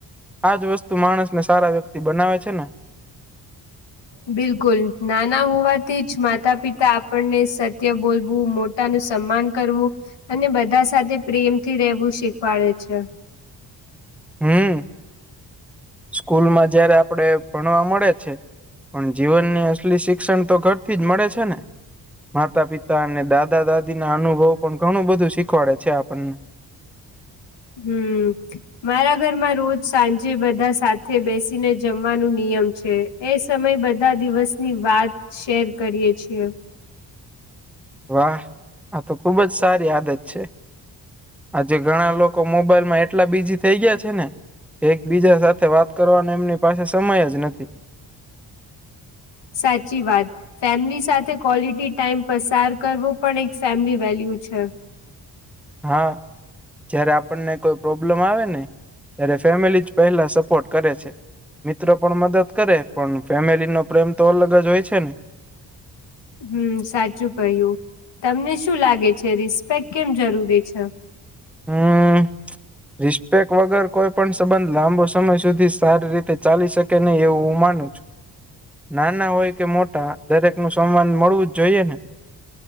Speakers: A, in the centre; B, on the left.
A: આજ વસ્તુ માણસ ને સારા વ્યક્તિ બનાવે છે ને.
B: બિલકુલ નાના હોવાથી જ માતા પિતા આપણને સત્ય બોલવું મોટ તાનું સમ્માન કરવું અને બધા સાથે પ્રેમથી રહેવું શીખવાડે છે.
A: હમ સ્કૂલમાં જયારે આપડે ભણવા મળે છે. પણ જીવનની અસલી શિક્ષણ તો ઘર થી જ મળે છે ને માતા પિતા અને દાદા દાદી ના અનુભવ પણ ઘણું બધું શીખવાડે છે. આપણને
B: હમ.. મારા ઘરમાં રોજ સાંજે બધા સાથે બેસીને જમવાનું નિયમ છે. એ સમય બધા દિવસની વાત શેર કરીએ છીએ.
A: વાહ! આ તો ખુબજ સારી આદત છે. આજે ઘણા લોકો મોબાઈલમાં એટલા બીઝી થઈ ગયા છે ને એકબીજા સાથે વાત કરવાનો એમની પાસે સમય જ નથી.
B: સાચી વાત ફેમિલી સાથે કોલિટી ટાઈમ પસાર કરવો પણ એક ફેમિલી વેલ્યુ છે.
A: હા... અ જયારે આપણને કોઈ પ્રોબ્લમ આવે ને ત્યારે ફેમિલી જ પહેલા સપોર્ટ કરે છે. મિત્રો પણ મદદ કરે પણ ફેમિલી નો પ્રેમ તો અલગ જ હોય છે ને
B: હમ સાચું કહ્યું તમને શું લાગે છે, રિસ્પેક કેમ જરૂરી છે.
A: હમ.. અ રિસ્પેક વગર કોઈ પણ સંબંધ લાંબો સમય સુધી સારી રીતે ચાલી શકે નહી એવું હું માનુ છું. નાના હોય કે મોટા દરેકનું સન્માન મળવું જ જોઈએ ને